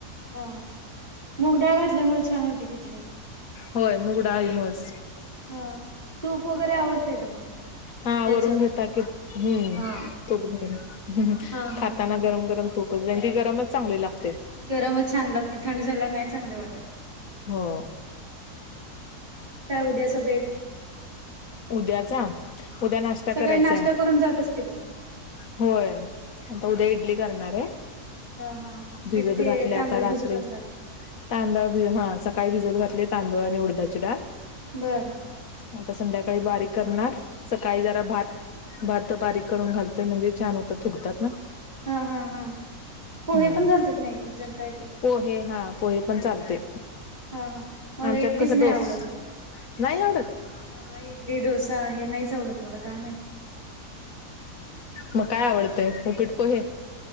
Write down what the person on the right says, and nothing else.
हा मूग डाळ घातल्यामुळे छान होती खिचडी
हा तूप वगैरे आवडतय का मग
त्याच्यावर
हा
हा हा
गरमच छान लागते थंड झाल्या नाही चांगले वाटते
मग काय उद्या सोभेत
सकाळी
नाश्ता करून जात असतील की
हा हा
पीठ ते
तांदूळ
भिजू
घातलात
बर
हा हा हा पोहे
पण घालतात ना एक एक जण काहीतरी
हा हा मला
इडलीच
नाही
आवडत
हा डोसा आहे नाहीच आवडत मला काय माहित.